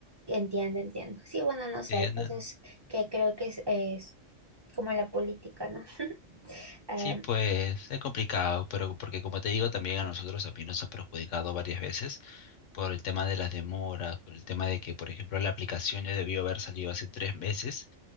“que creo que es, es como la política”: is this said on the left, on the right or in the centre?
Right